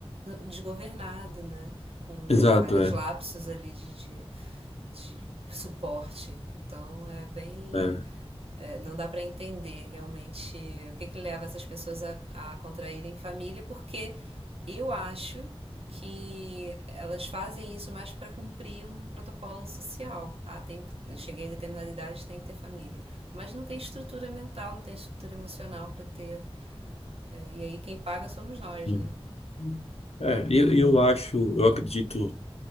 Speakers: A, on the right; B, on the left.
A: desgovernado, né? Com,
B: Exato,
A: com vários
B: é.
A: lapsos ali de, de, de suporte. Então é bem.
B: é.
A: É, é, não dá para entender realmente o que, que leva essas pessoas a, a contraírem família, porque eu acho que elas fazem isso mais para cumprir um protocolo social. Ah, tem, cheguei a determinada idade, tem que ter família. Mas não tem estrutura mental, não tem estrutura emocional para ter. É, e aí quem paga somos nós,
B: Hum.
A: né?
B: É, eu, eu acho, eu acredito